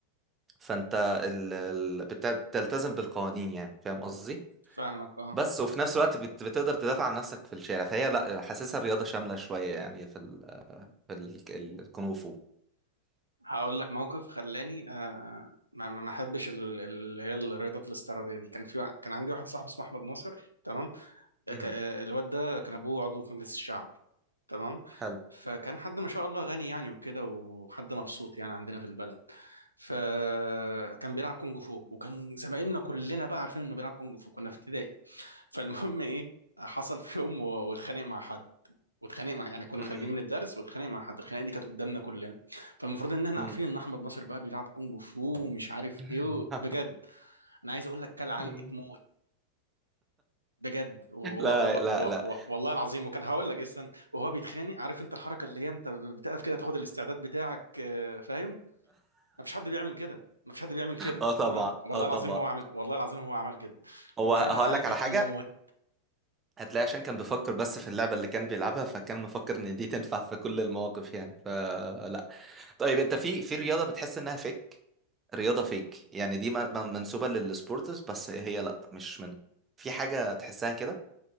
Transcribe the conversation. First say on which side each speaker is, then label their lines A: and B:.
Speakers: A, on the right; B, on the right.
A: فانت ال... ال... بت- بتلتزم بالقوانين يعني فاهم قصدي
B: فاهمك اه
A: بس وفي نفس الوقت بت... بتقدر تدافع عن نفسك في الشارع فهي لا حاسسها رياضة شاملة شوية يعني في ال- ال- الكونغ فو
B: هقول لك موقف خلاني آه ما ما ما احبش ال- ال- اللي هي الرياضات الاستعراضيه دي كان في وا- كان عندي واحد صاحبي اسمه احمد ناصر تمام
A: امم
B: ك- الواد ده كان ابوه عضو في مجلس الشعب تمام
A: حلو
B: فكان حد ما شاء الله غني يعني وكده وحد مبسوط يعني عندنا في البلد فكان بيلعب كونج فو وكان زمايلنا كلنا بقى عارفين انه بيلعب كونج فو كنا في ابتدائي فالمهم ايه حصل في يوم و- واتخانق مع حد واتخانق مع يعني كنا
A: مم.
B: خارجين من الدرس واتخانق مع حد الخناقه دي كانت قدامنا كلنا فالمفروض ان احنا
A: مم.
B: عارفين ان احمد ناصر بقى بيلعب كونج فو ومش عارف
A: <laughs>
B: ايه بجد انا عايز اقول لك كل علقه
A: مم.
B: موت بجد و- و-
A: لا
B: والله
A: لا
B: و-
A: لا
B: و- والله العظيم وكان هقول لك اصلا وهو بيتخانق عارف انت الحركه اللي هي انت بتقف كده تاخد الاستعداد بتاعك آه، فاهم مفيش حد بيعمل كده مفيش حد بيعمل كده
A: اه طبعا
B: تمام والله
A: اه طبعا
B: العظيم هو عمل والله العظيم هو عمل كده
A: هو
B: وكان
A: هقول
B: علقه
A: لك على حاجه
B: موت
A: هتلاقي عشان كان بيفكر بس في اللعبه اللي كان بيلعبها فكان مفكر ان دي تنفع في كل المواقف يعني فلا طيب انت في في رياضه بتحس انها فيك رياضه فيك يعني دي م- م- منسوبه للسبورتس بس هي لا مش منهم في حاجه تحسها كده